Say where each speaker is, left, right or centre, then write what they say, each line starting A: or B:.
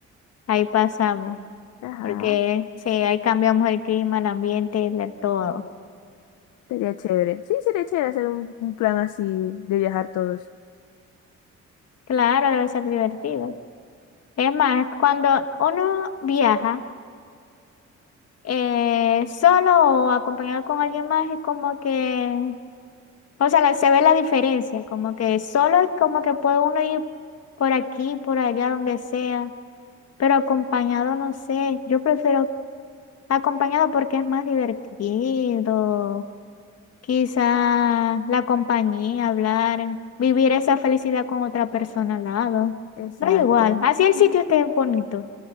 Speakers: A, on the left; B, on the left.
A: ahí pasamos.
B: Ajá,
A: Porque sí, ahí cambiamos el clima, el ambiente, de todo.
B: sería chévere. Sí, sería chévere hacer un, un plan así de viajar todos.
A: Claro, debe ser divertido. Es más, cuando uno viaja eh, solo o acompañado con alguien más, es como que O sea, la- se ve la diferencia, como que solo es como que puede uno ir por aquí, por allá, donde sea, pero acompañado, no sé, yo prefiero acompañado porque es más divertido, quizá la compañía, hablar, vivir esa felicidad con otra persona al lado.
B: Exacto.
A: No es igual, así
B: <laughs>
A: el sitio esté bonito.